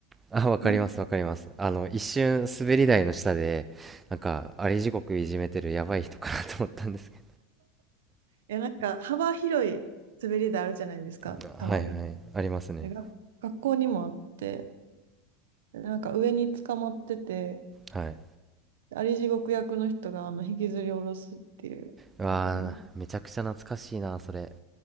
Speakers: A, on the right (about 20°); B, on the right (about 75°).
A: あ、あ、わかります、
B: なん、い
A: わかります。あの、一瞬、滑り台の下で、なんか、あり地獄いじめてるやばい人かなと思ったんですけ
B: や、なんか幅広い滑り台あるじゃないですか、
A: ど。<laughs>
B: たまに。
A: はいはい、ありますね。
B: で、が学校にもあって、でなんか上に捕まってて、
A: はい。
B: であり地獄役の人があの引きずり下ろすっていう遊び。
A: うわあ、めちゃくちゃ懐かしいな、それ。